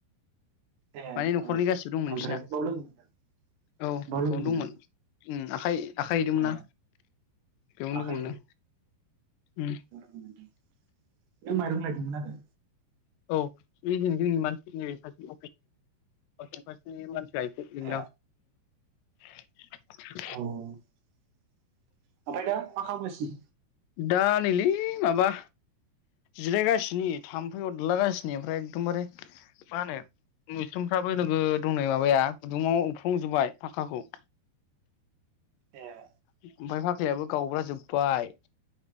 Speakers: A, on the right (about 65°); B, on the left (about 80°).
A: ए
B: माने न'खरनि
A: औ
B: गासिबो दंमोन
A: ओमफ्राय
B: बिसिना
A: बाव लोगो मोनदों
B: औ
A: बाव लोगो
B: बेयावनो
A: मोनदों
B: दंमोन उम आखाइ-आखाइ हैदोंमोन
A: ओ
B: नना बेयावनो
A: आखाइ
B: लोगो मोनदों ओं
A: नों माइरं लायदोंमोन आरो?
B: औ बे जों जोंनि मानसिफोरनि सासे अफिसनि
A: ए
B: <unintelligible> <unintelligible>
A: औ ओमफ्राय दा मा खालामगासि?
B: दा नैलै माबा जिरायगासिनि थाम्फै अदलागासिनि ओमफ्राय एकदमबारे मा होनो मोस्रोमफ्राबो नोगोद दंनै माबाया गुदुङाव उफ्र्रंजोबबाय फाक्काखौ।
A: एह
B: ओमफ्राय फाक्कायाबो गावब्रा जोब्बाय।